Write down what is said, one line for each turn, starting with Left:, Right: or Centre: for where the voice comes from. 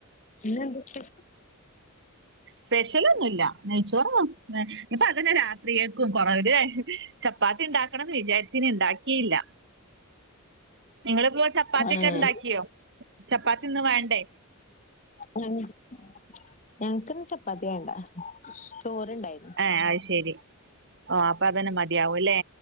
Left: പിന്നെന്തക്കെ?
Right: സ്പെഷ്യല് ഒന്നുല്ല നെയ്ച്ചോറാ ഇപ്പൊ അതന്നെ രാത്രിലെക്കും കൊറവ ഹ്.. ചപ്പാത്തി ഉണ്ടാക്കണംന്ന് വിചാരിച്ചിന് ണ്ടാക്കിയില്ല നിങ്ങളിപ്പോ ചപ്പാത്ത്യൊക്കെണ്ടാക്യോ?
Left: ആഹ്
Right: ചപ്പാത്തിന്ന് വേണ്ടേ?
Left: <unintelligible> ഞങ്ങക്കിന്ന് ചപ്പാത്തി വേണ്ട ചോറ്ണ്ടായിരുന്നു
Right: ഏ അയ്യ് ശെരി ഓ അപ്പൊ അതന്നെ മതിയാവുലേ